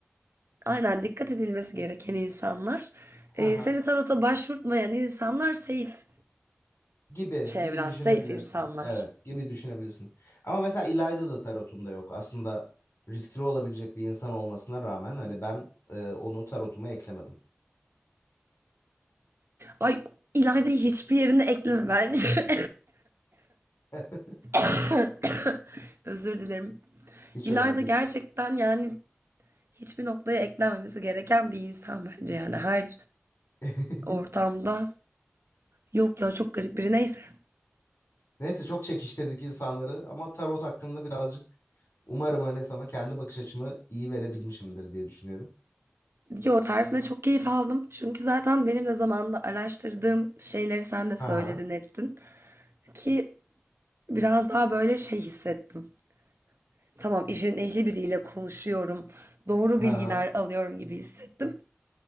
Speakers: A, on the right; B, on the left.
A: aynen dikkat edilmesi gereken insanlar,
B: <laughs>
A: e, seni tarota başvurtmayan insanlar safe
B: Gibi
A: çevren,
B: gibi düşünebilirsin.
A: safe insanlar.
B: Evet, gibi düşünebilirsin. Ama mesela İlayda da tarotumda yok. Aslında riskli olabilecek bir insan olmasına rağmen hani ben e, onu tarotuma eklemedim.
A: Ay İlayda'yı hiçbir yerine ekleme bence.
B: <laughs>
A: <coughs> Özür dilerim.
B: Hiç
A: İlayda
B: önemli değil.
A: gerçekten yani hiçbir noktaya eklenmemesi gereken bir insan bence yani her
B: <laughs>
A: ortamda yok ya çok garip biri neyse.
B: Neyse çok çekiştirdik insanları ama tarot hakkında birazcık umarım hani sana kendi bakış açımı iyi verebilmişimdir diye düşünüyorum.
A: Yo tersine çok keyif aldım. Çünkü zaten benim de zamanında araştırdığım şeyleri sen de
B: Ha
A: söyledin
B: ha
A: ettin. Ki Biraz daha böyle şey hissettim. Tamam işin ehli biriyle konuşuyorum. Doğru
B: ha
A: bilgiler
B: ha
A: alıyorum gibi hissettim.